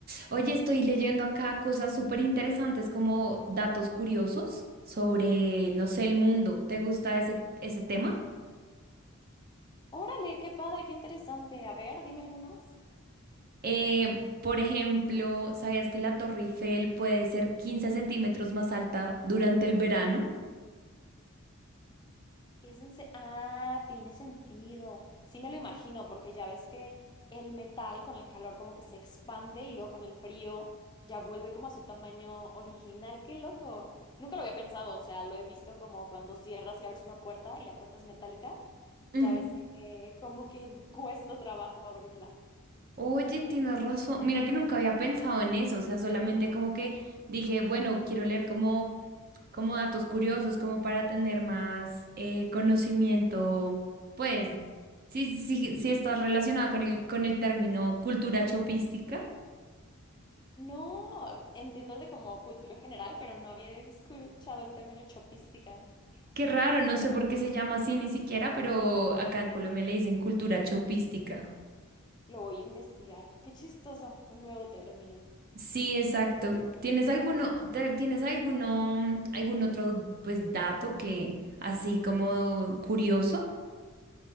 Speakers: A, on the right; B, on the left.
A: Oye, estoy leyendo acá cosas súper interesantes como datos curiosos sobre, no sé, el mundo. ¿Te gusta ese, ese tema?
B: Órale, qué padre, qué interesante. A ver, dime algunos.
A: Eh, por ejemplo, ¿sabías que la Torre Eiffel puede ser 15 centímetros más alta durante el verano?
B: Es en se- ah, tiene sentido. Sí me lo imagino, porque ya ves que el metal con el calor como que se expande y luego con el frío ya vuelve como a su tamaño original. ¡Qué loco! Nunca lo había pensado, o sea, lo he visto como cuando cierras y abres una puerta y la puerta es metálica. Ya
A: Mm.
B: ves que como que <laughs> cuesta trabajo abrirla.
A: Oye, tienes razón. Mira que nunca había pensado en eso. O sea, solamente como que dije, bueno, quiero leer como como datos curiosos, como para tener más eh, conocimiento, pues, si, si, si estás relacionada con el, con el término cultura chopística.
B: No, entiendo el de como cultura general, pero no había escuchado el término chopística.
A: Qué raro, no sé por qué se llama así ni siquiera, pero acá en Colombia le dicen cultura chopística.
B: Lo voy a investigar. Qué chistoso, un nuevo término.
A: Sí, exacto. ¿Tienes alguno, te- tienes alguno, algún otro, pues, dato que así como curioso?